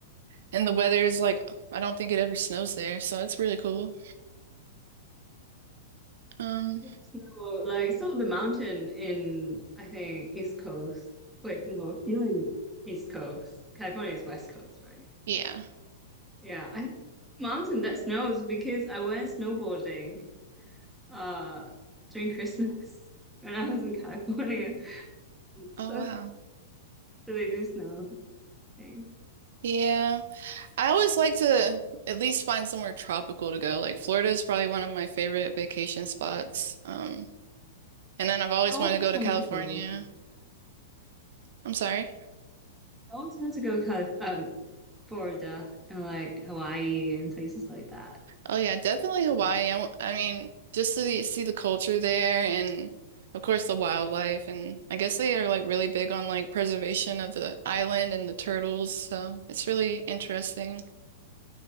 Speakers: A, on the right; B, in the centre.
A: and the weather is like I don't think it ever snows there, so it's really cool. Um,
B: So, like, so the mountain in, I think, East Coast. Wait, no, you're in East Coast. California is West Coast, right?
A: yeah. <laughs>
B: Yeah, I mountain that snows because I went snowboarding uh during Christmas <laughs> when I was in California. <laughs>
A: Oh
B: So,
A: wow.
B: so they do snow thing.
A: Yeah. I always like to at least find somewhere tropical to go. Like Florida is probably one of my favorite vacation spots. Um, and then I've always
B: I always
A: wanted to go to
B: want
A: California.
B: to go.
A: I'm sorry.
B: I always want to go to Calif um Florida and like Hawaii and places like that.
A: Oh yeah, definitely Hawaii. I, w- I mean, just to the, see the culture there and of course the wildlife and I guess they are like really big on like preservation of the island and the turtles, so it's really interesting.